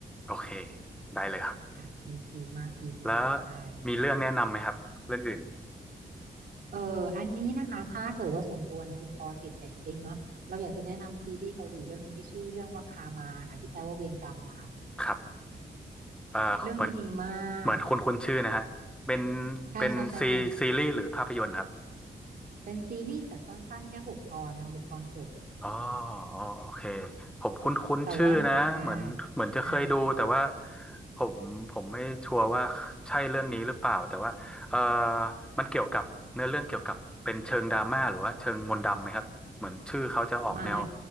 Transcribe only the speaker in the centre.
โอเคได้เลยครับ
แล้วมีเรื่องแนะนำไหมครับเรื่องอื่น
ครับเอ่อเหมือน
เหมือนคุณคุณชื่อนะฮะเป็น
เป็นซีซีรีส์หรือภาพยนตร์ครับ
อ๋ออ๋อโอเคผมคุ้นคุ้นชื่อนะเหมือนเหมือนจะเคยดูแต่ว่า
ผมผมไม่ชัวร์ว่าใช่เรื่องนี้หรือเปล่าแต่ว่าเออมันเกี่ยวกับเนื้อเรื่องเกี่ยวกับเป็นเชิงดราม่าหรือว่าเชิงมนต์ดำไหมครับเหมือนชื่อเขาจะออกแนว